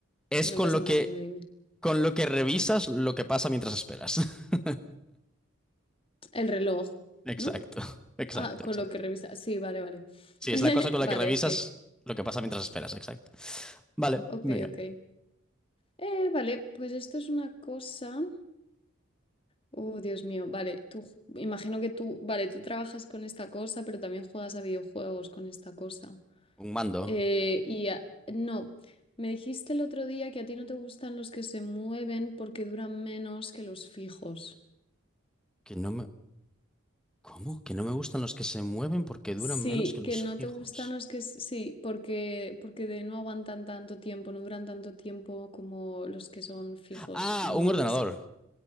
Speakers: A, in the centre; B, on the left.
A: Es
B: No
A: con
B: pasa
A: lo
B: nada,
A: que,
B: dime, dime.
A: con lo que revisas lo que pasa mientras esperas. <laughs>
B: El reloj,
A: Exacto,
B: ¿no?
A: exacto,
B: Ah, con
A: exacto.
B: lo que revisa. Sí, vale, vale.
A: Sí,
B: <laughs>
A: es la cosa con
B: Vale,
A: la que revisas
B: ok.
A: lo que pasa mientras esperas, exacto. Vale,
B: Ok,
A: mira.
B: ok. Eh, vale, pues esto es una cosa. Uh, Dios mío, vale, tú ju- imagino que tú, vale, tú trabajas con esta cosa, pero también juegas a videojuegos con esta cosa.
A: Un mando
B: Eh, y a- no, me dijiste el otro día que a ti no te gustan los que se mueven porque duran menos que los fijos.
A: que no me... ¿Cómo? Que no me gustan los que se mueven porque duran
B: Sí,
A: menos que los
B: que no
A: fijos.
B: te gustan los que s- sí, porque porque de- no aguantan tanto tiempo, no duran tanto tiempo como los que son fijos
A: Ah,
B: en
A: un
B: una
A: ordenador.
B: mesa.